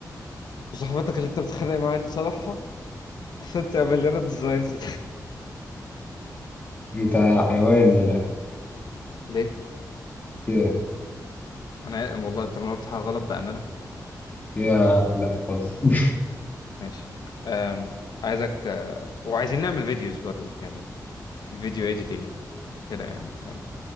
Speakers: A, on the left (about 80°); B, on the left (about 25°).
A: وصاحبتك اللي انت بتتخانق معاها دي صالحها عشان تعمل لنا ديزاينز
B: انت حيوان يلا
A: <laughs> ليه
B: كده
A: انا عا- والله طب انا قلت حاجه غلط بامانه
B: هي لا خالص <laughs>
A: ماشي أم... عايزك أه، وعايزين نعمل فيديوز برضه يعني في فيديو اديتنج كده يعني انت فاهم